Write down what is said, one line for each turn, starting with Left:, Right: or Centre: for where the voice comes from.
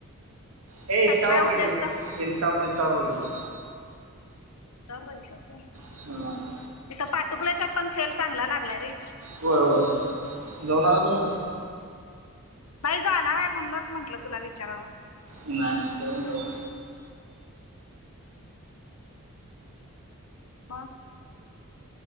Right: हे इन्स्टावर
Left: फॅक्टरी आउटलेटचा
Right: बघितलोय ईन्स्टावरर इनस्टावरर बघितलोय
Left: इंस्टावर बघितलास व्हय
Right: ह
Left: तिथं पाटुकल्याच्यात पण सेल चांगला लागलाय रे
Right: होय होय जाऊण आला तुम्ही
Left: नाही जाणार आहे म्हणूनच म्हटलं तुला विचारावं
Right: नाही जाऊन जाऊ
Left: मग